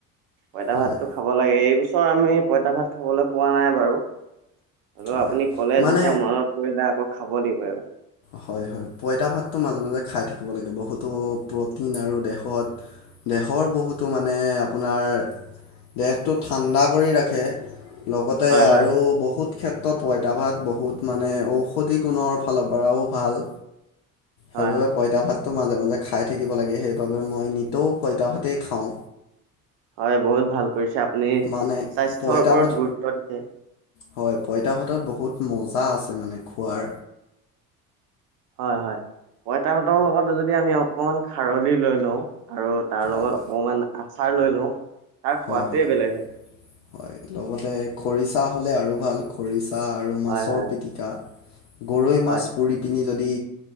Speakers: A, on the right (about 55°); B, on the left (about 55°).
A: পইতা
B: হয়
A: ভাতটো খাব লাগে এই বস্তু চ আমি পইতা ভাত খাবলৈ পোৱা নাই বাৰু আৰু
B: হয়
A: আপুনি ক'লে
B: মানে
A: যেতিয়া মনত কৈ দিলে আকৌ খাব লাগিব এবাৰ
B: হয় হয় পঁইতা ভাতটো মাজে মাজে খাই থাকিব লাগে বহুতো প্ৰটিন আৰু দেহত দেহৰ বহুতো মানে আপোনাৰ দেহটো ঠাণ্ডা কৰি ৰাখে। লগতে
A: হয়
B: আৰু
A: হয়
B: বহুত ক্ষেত্ৰত পঁইতাভাত বহুত মানে ঔষধি গুণৰ ফালৰ পৰা পৰাও ভাল
A: হয়
B: সেইবাবে
A: হয়
B: পঁইতা ভাত মাজে মাজে খাই থাকিব লাগে সেইবাবে মই নিতৌ পইতা ভাতেই খাওঁ।
A: হয় বহুত ভাল কৰিছে আপুনি
B: মানে
A: স্বাস্থ্যৰ
B: পঁইতা
A: ওপৰত
B: ভাত
A: গুৰুত্ব দিছে।
B: হয় পইতা ভাতত বহুত মজা আছে মানে খোৱাৰ
A: হয় হয় পইতাভাতৰ লগত যদি আমি অকণমান খাৰলি লৈ লওঁ আৰু তাৰ লগত
B: অঁ
A: অকণমান আচাৰ লৈ লওঁ তাৰ সোৱাদটোৱে
B: হয় হয়
A: বেলেগ
B: হয় লগতে খৰিচা হ'লে আৰু ভাল খৰিচা আৰু মাছৰ
A: হয় হয়।
B: পিটিকা, ‌ গৰৈ
A: হয়,
B: মাছ পুৰি কিনি যদি